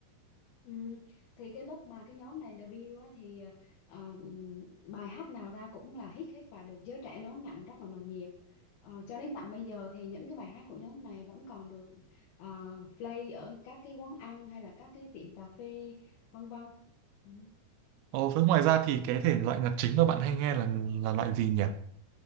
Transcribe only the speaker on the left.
Ừ. Thì cái lúc mà cái nhóm này debut á, thì ờ, ừm, bài hát nào ra cũng là hit hết và được giới trẻ đón nhận rất là nồng nhiệt. Ờ, cho đến tận bây giờ thì những cái bài hát của nhóm này vẫn còn được ờ, play ở các cái quán ăn hay là các cái tiệm cà phê vân vân. Ừ.